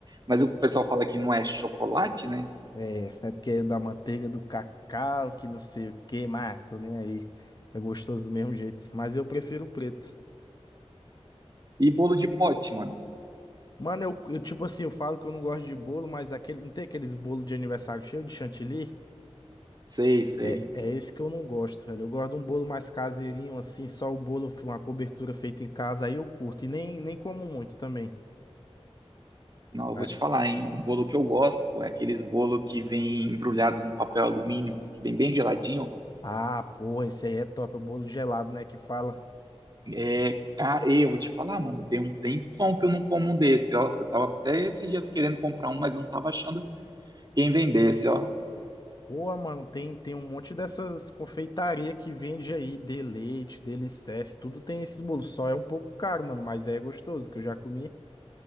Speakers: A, on the right; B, on the left.
A: Mas o pessoal fala que não é chocolate, né?
B: É, sempre querendo da manteiga, do cacau, que não sei o que, mas ah, tô nem aí. É gostoso do mesmo jeito. Mas eu prefiro o preto.
A: E bolo de pote, mano.
B: Mano, eu, eu, tipo assim, eu falo que eu não gosto de bolo, mas aquele, não tem aqueles bolos de aniversário cheio de chantilly?
A: Sei, sei.
B: É, é esse que eu não gosto, velho. Eu gosto de um bolo mais caseirinho, assim, só o bolo, uma cobertura feita em casa, aí eu curto. E nem, nem como muito também.
A: Não, eu
B: Mas-
A: vou te falar, hein? Um bolo que eu gosto, pô, é aqueles bolo que vem embrulhado num papel alumínio, que vem bem geladinho.
B: Ah, porra, esse aí é top, é o bolo gelado, né, que fala.
A: É, cara, e eu vou te falar, mano, tem um tempão que eu não como um desse, ó. Eu tava até esses dias querendo comprar um, mas eu não tava achando quem vendesse, ó.
B: Boa, mano, tem, tem um monte dessas confeitaria que vende aí, de leite, delicesse, tudo tem esses bolos. Só é um pouco caro, mano, mas é gostoso, que eu já comi.